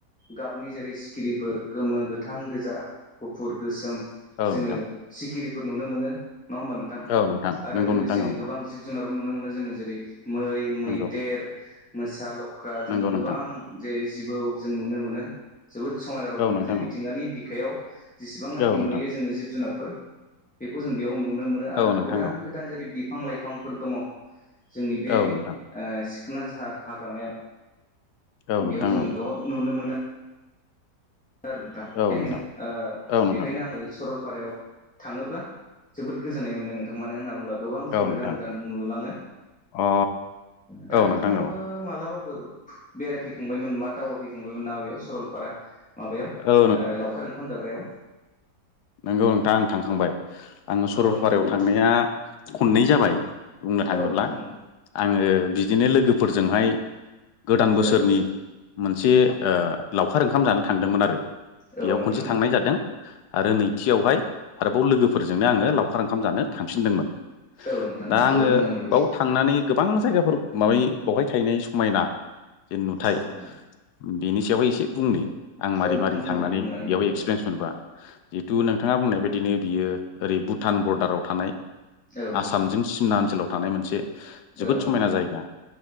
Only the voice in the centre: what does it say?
गाबनि जेरै सिखिरिफोर गोमो, गोथां, गोजा, गुफुर, गोसोम जोङो
सिखिरिफोर नुनो मोनो। नङा होमबा नोंथां
आरो
लोगोसेनो
गोबां जिब -जुनार नुनो मोनो जो जेरै मै, मैदेर,
मोसा, <unintelligible> <unintelligible> जोङो
गोबां
जे जिबौ जों नुनो मोनो जोबोद समायना -रमायना
जे मिथिंगानि
बिखायाव जेसेबांनाखि
नुयो जोङो जिब -जुनारफोर बेखौ जों बेयाव नु नुनो मोनो आरो
गोदान-गोदान
जेरै बिफां- लाइफांफोर दङ जोंनि बे
सिकना जाहार हाग्रामायाव
बेयाव जोङो
बेयाव नुनो मोनो। <unintelligible> नोंथां
बेखायनो
बेखायनो आङो सरलपारायाव थाङोब्ला जोबोद गोजोननाय मोनो। नोंथां मानो होनना बुंङोब्ला गोबां जों
गोदान -गोदान नुलाङो
दा
नोंथाङाबो
मालाबा <unintelligible> बेरायफैखांबायमोन मा दावबायफैखांबायमोन नामा बेयाव सरलपारा। माबायाव
लावखार ओंखाम जाग्रायाव।
औ नोंथां
औ नोंथां औ
औ नोंथां
औ
नोंथां
औ औ नोंथां
औ
जोबोद मोजांनि बाथ्रा
औ नोंथां
औ नोंथां
बुंदो बुंनानै
होदो औ
नोंथां
औ नोंथां
औ नोंथां